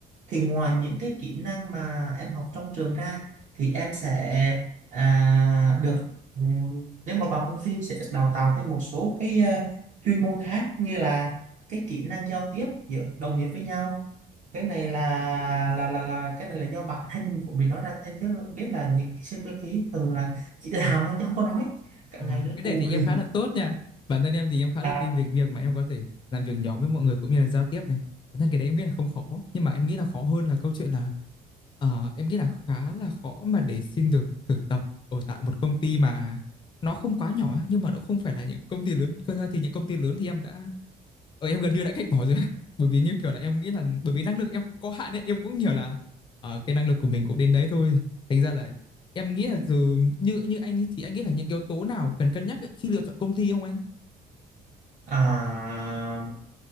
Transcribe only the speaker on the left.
À,
cái
này thì
em khá là tốt nha. Bản thân em thì em khá
là
tin về việc mà em có thể làm việc nhóm với mọi người cũng như là giao tiếp này. Bản thân cái đấy em nghĩ là không khó, nhưng mà em nghĩ là khó hơn là câu chuyện là ờ, em nghĩ là khá là khó mà để xin được thực tập ở tại một công ty mà nó không quá nhỏ á, nhưng mà nó không phải là những công ty lớn. Cơ ra thì những công ty lớn thì em đã Ờ, em gần như đã cách bỏ rồi <laughs> bởi vì như kiểu là em nghĩ là bởi vì năng lực em cũng có hạn ấy em cũng hiểu là ờ, cái năng lực của mình cũng đến đấy thôi thành ra là em nghĩ là dù như như anh ấy, thì anh nghĩ là những yếu tố nào cần cân nhắc ấy khi lựa chọn công ty không anh